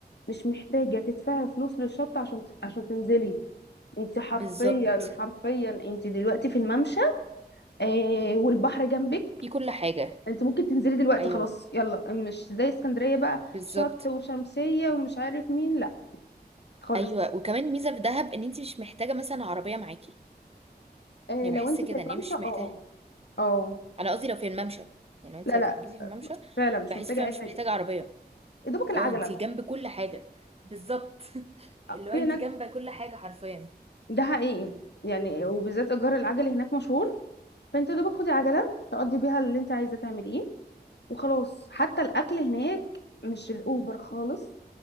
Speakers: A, on the left (about 85°); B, on the right (about 35°).
A: مش محتاجة تدفعي فلوس للشط عشان عشان تنزلي انت حرفيا
B: بالظبط
A: حرفيا انت دلوقتي في الممشى آه والبحر جنبك
B: في كل حاجه
A: انت ممكن تنزلي دلوقتي
B: ايوه
A: خلاص يلا مش زي اسكندرية بقى
B: بالظبط
A: شط وشمسية ومش عارف مين لا خالص
B: ايوه وكمان ميزه في دهب ان انت مش محتاجه مثلا عربيه معاكي
A: آه
B: يعني
A: لو
B: بحس
A: انت
B: كده
A: في الممشى
B: ان هي مش
A: اه
B: محتاجه
A: اه اه
B: انا قصدي لو في الممشى يعني لو انت
A: لا
B: هتحجزي
A: لا
B: في الممشى
A: فعلا مش
B: بحس
A: محتاجة
B: فيها
A: اي
B: مش
A: حاجة
B: محتاجه عربيه
A: يا دوبك العجلة
B: اه انت جنب كل حاجه بالظبط <laughs>
A: آه،
B: اللي
A: في
B: هو انت
A: هناك
B: جنب كل حاجه حرفيا
A: ده حقيقي يعني وبالذات ايجار العجل هناك مشهور فانت يا دوبك خدي عجلة تقضي بيها اللي انت عايزة تعمليه وخلاص حتى الاكل هناك مش الاوفر خالص